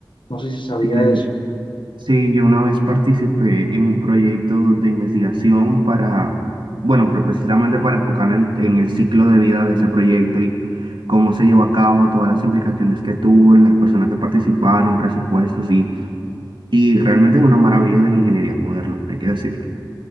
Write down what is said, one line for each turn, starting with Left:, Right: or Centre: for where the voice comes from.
Left: No sé si sabía
Right: Sí, de-
Left: eso.
Right: sí, yo una vez participé en un proyecto de investigación para, bueno, pues precisamente para enfocar en, en el ciclo de vida de ese proyecto y cómo se llevó a cabo, todas las implicaciones que tuvo, las personas que participaron, presupuestos y, y realmente es una maravilla de la ingeniería moderna, hay que decirlo.